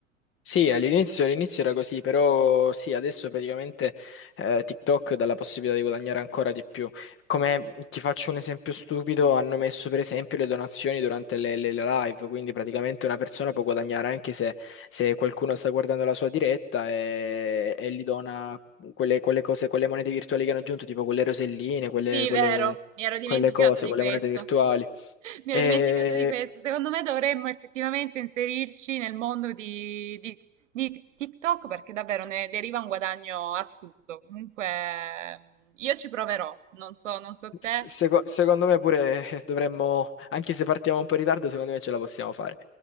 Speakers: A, on the left; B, on the right.
A: Sì, all'inizio all'inizio era così, però sì, adesso praticamente eh, TikTok dà la possibilità di guadagnare ancora di più. Come ti faccio un esempio stupido, hanno messo per esempio le donazioni durante le, le- le live, quindi praticamente una persona può guadagnare anche se, se qualcuno sta guardando la sua diretta e, e gli dona quelle, quelle cose, quelle monete virtuali che hanno aggiunto, tipo quelle roselline, quelle,
B: Sì,
A: quelle
B: vero, mi ero dimenticata
A: quelle cose,
B: di
A: quelle
B: questo.
A: monete virtuali.
B: <laughs> Mi
A: E
B: ero dimenticata di questo. Secondo me dovremmo effettivamente inserirci nel mondo di, di- di TikTok perché davvero ne deriva un guadagno assurdo. Comunque, io ci proverò. Non so, non so te.
A: S- seco- secondo me pure eh, dovremmo, anche se partiamo un po' in ritardo, secondo me ce la possiamo fare.